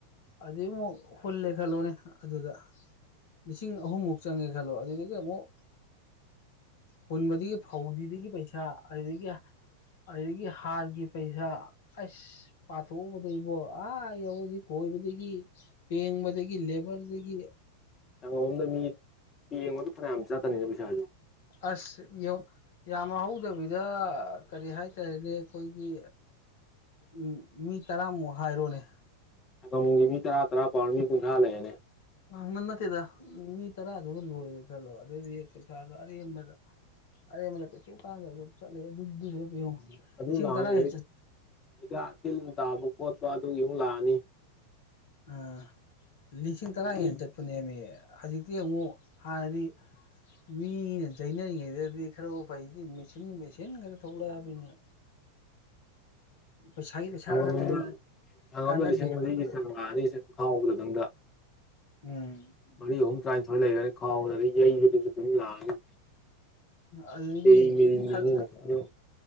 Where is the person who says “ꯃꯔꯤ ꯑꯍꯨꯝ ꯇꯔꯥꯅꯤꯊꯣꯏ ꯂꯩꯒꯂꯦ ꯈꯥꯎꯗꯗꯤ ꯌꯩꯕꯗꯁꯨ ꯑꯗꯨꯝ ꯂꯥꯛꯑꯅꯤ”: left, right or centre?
Left